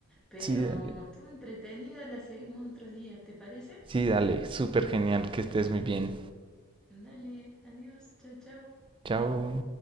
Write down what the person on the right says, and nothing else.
Sí, dale.
Sí, dale, súper genial, que estés muy bien.
Chao.